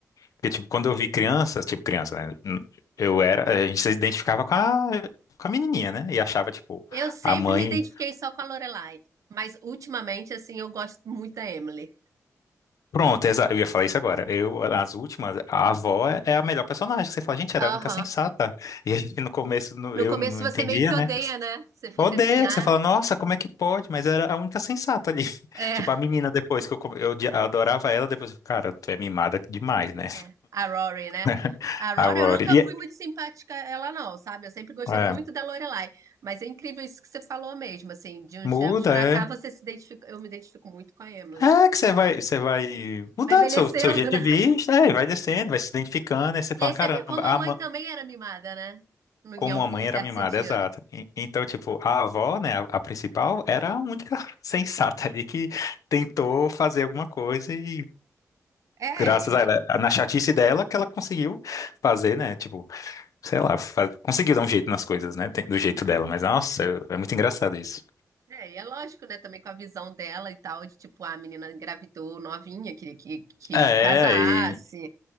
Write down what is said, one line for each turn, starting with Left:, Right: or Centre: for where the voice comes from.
Left: Porque, tipo, quando eu vi criança, tipo criança, né? Eu era. A gente se identificava com a, com a menininha, né? E achava, tipo,
Right: Eu sempre
Left: a mãe.
Right: me identifiquei só com a Lorelai, mas ultimamente, assim, eu gosto muito da Emily.
Left: Pronto, exa- eu ia falar isso agora. Eu, nas últimas, a avó é é a melhor personagem. que Você fala, gente, era
Right: Aham.
Left: a única sensata. E a gente no começo no-
Right: No
Left: eu
Right: começo
Left: não entendia,
Right: você meio que
Left: né?
Right: odeia, né? Você fica
Left: Odeia,
Right: assim, ah,
Left: que você fala, nossa, como é que pode? Mas era a única sensata ali. <laughs>
Right: é,
Left: Tipo, a menina depois que eu, come- eu odi- adorava ela, depois, eu, cara, tu é mimada demais, né?
Right: é. A Rory, né?
Left: <laughs>
Right: A Rory,
Left: A Rory.
Right: eu nunca
Left: E-
Right: fui muito simpática a ela não, sabe? Eu sempre gostei
Left: é,
Right: muito da Lorelai, mas é incrível isso que você falou mesmo, assim, de uns
Left: muda,
Right: tempos pra
Left: é.
Right: cá você se identifica, eu me identifico muito com a Emily.
Left: É que você vai, você vai mudando
Right: Vai envelhecendo,
Left: seu, seu jeito de
Right: né?
Left: vista, é, e vai descendo, vai se identificando, aí você fala,
Right: E aí
Left: caramba,
Right: você vê como
Left: a
Right: a mãe também era mimada, né? Em,
Left: Como
Right: algum-
Left: a mãe
Right: em
Left: era
Right: certo
Left: mimada,
Right: sentido.
Left: exato. E- Então, tipo, a avó, né, a, a principal, era a única <laughs> sensata ali que tentou fazer alguma coisa e
Right: É,
Left: graças
Right: e,
Left: a ela, na chatice dela, que ela conseguiu fazer, né, tipo, sei lá, fa- conseguiu dar um jeito nas coisas, né, tem- do jeito dela, mas nossa, é muito engraçado isso.
Right: é, e é lógico, né, também com a visão dela e tal, de tipo, ah, a menina engravidou novinha, queria que, que
Left: É,
Right: casasse,
Left: e,